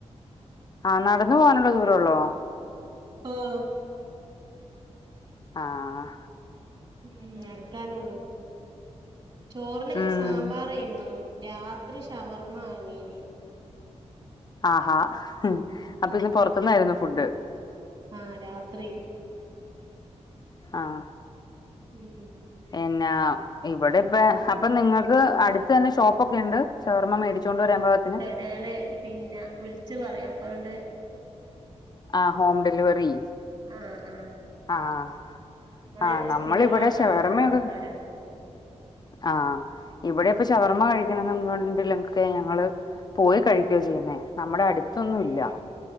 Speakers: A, on the left; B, on the right.
A: ആഹ് നടന്നു പോകാനുള്ള ദൂരള്ളോ
B: ആഹ്
A: ആഹ്
B: ഉം നടക്കാനുള്ളു. ചോറിനിന്ന്
A: ഉം
B: സാമ്പാ റായ്ന്നു. രാത്രി ഷവർമ്മ വാങ്ങീന്
A: ആഹ് ആഹ് അപ്പൊ
B: ഉം
A: ഇന്ന് പൊറത്തുന്നായിരുന്നു ഫുഡ്ഡ്
B: ആഹ് രാത്രി
A: ആഹ്
B: ഉം ഉം
A: എന്നാ ഇവിടെ ഇപ്പ അപ്പൊ നിങ്ങൾക്ക് അടുത്ത് തന്നെ ഷോപ്പോക്കെണ്ട് ഷവർമ്മ മേടിച്ചൊണ്ട് വരാൻ ഭാഗത്തിന്
B: മേലെ പിന്നെ വിളിച്ചു പറയാം അപ്പങ്‌ട്ട്
A: ആഹ് ഹോം ഡെലിവറി
B: ആഹ് ആഹ്
A: ആഹ്
B: നമ്മള്
A: ആഹ് നമ്മളിവിടെ
B: സ്ഥിരം വാങ്ങണ
A: ഷവർമയൊക്കെ
B: ആൾക്കാരാ
A: ആഹ് ഇവിടെ ഇപ്പൊ ഷവർമ്മ കഴിക്കണംന്നുണ്ടങ്കിലൊക്കെ ഞങ്ങള് പോയി കഴിക്യാ ചെയ്യുന്നേ, നമ്മടെ അടുത്തൊന്നും
B: ഏഹ്
A: ഇല്ല